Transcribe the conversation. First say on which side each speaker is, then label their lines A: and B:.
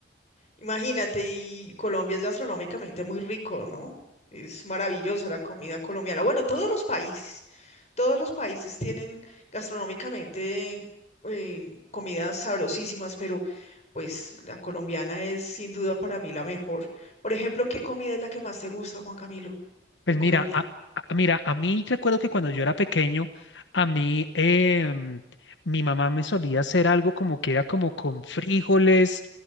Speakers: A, on the left; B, on the left.
A: Imagínate, y Colombia es gastronómicamente muy rico, ¿no? Es maravillosa la comida colombiana. Bueno, todos los países, todos los países tienen gastronómicamente eh, comidas sabrosísimas, pero pues la colombiana es sin duda para mí la mejor. Por ejemplo, ¿qué comida es la que más te gusta, Juan Camilo,
B: Pues
A: de
B: mira,
A: Colombia?
B: a, a- mira, a mí recuerdo que cuando yo era pequeño, a mí em, mi mamá me solía hacer algo como que era como con frijoles